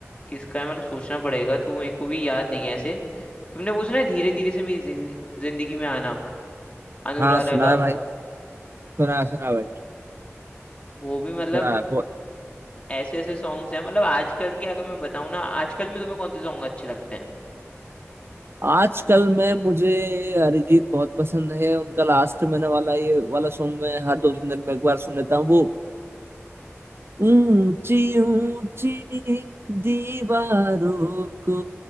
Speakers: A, on the left; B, on the right.
A: किसका है मतलब सोचना पड़ेगा तो मेरे को भी याद नहीं है ऐसे तुमने वो सुना है धीरे धीरे से मेरी जिन- जिंदगी में आना अनुराधा
B: हाँ सुना
A: का
B: है भाई सुना सुना भाई
A: वो भी मतलब
B: सुना है।
A: ऐसे ऐसे सॉन्ग्स हैं मतलब आजकल के अगर मैं बताऊं ना आजकल में तुम्हें कौन से सॉन्ग अच्छे लगते हैं
B: आजकल में मुझे अरिजीत बहुत पसंद है उनका लास्ट मैंने वाला ये वाला सॉन्ग मैं हर दो तीन दिन में एक बार सुन लेता हूँ वो ऊंची ऊंची दीवारों को